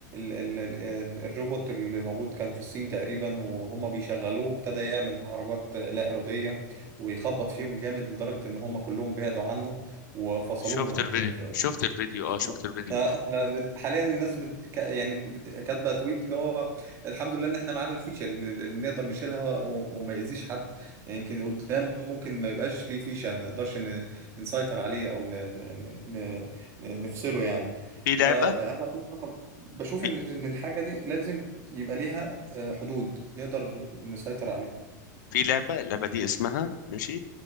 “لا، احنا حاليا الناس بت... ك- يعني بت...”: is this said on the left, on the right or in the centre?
Right